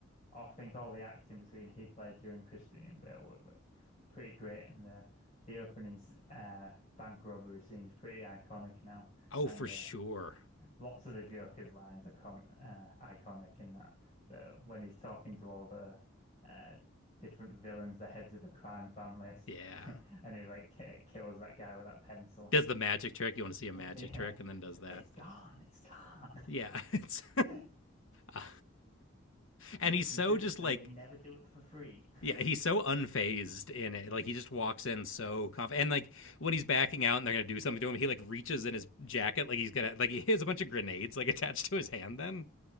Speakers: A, on the left; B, on the left.
A: I think all the acting between Heath Ledger and Christian Bale was like, pretty great, and the the opening s- uh, bank robbery scene's pretty iconic now,
B: Oh,
A: and
B: for
A: the
B: sure.
A: Lots of the Joker's lines are com uh, iconic in that, though, when he's talking to all the uh, different villains, the heads of the crime families,
B: Yeah.
A: <laughs> and he like ki- kills that guy with that pencil.
B: Does
A: <laughs>
B: the magic trick. You want to see a magic
A: Yeah,
B: trick and then does
A: it's,
B: that.
A: it's gone, it's gone.
B: Yeah. <laughs> It's
A: <laughs>
B: <laughs> Uh, and
A: If
B: he's so
A: you're good
B: just
A: at something,
B: like
A: never do it for free.
B: yeah, he's so unfazed in it. Like he just walks in so confident. And like when he's backing out and they're gonna do something to him, he like reaches in his jacket like he's gonna like he has a bunch of grenades like <laughs> attached to his hand. Then